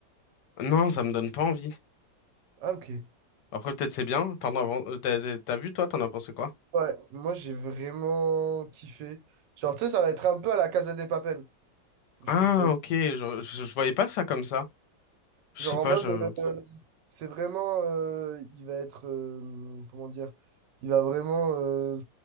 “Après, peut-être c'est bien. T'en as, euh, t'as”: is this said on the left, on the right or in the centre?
Left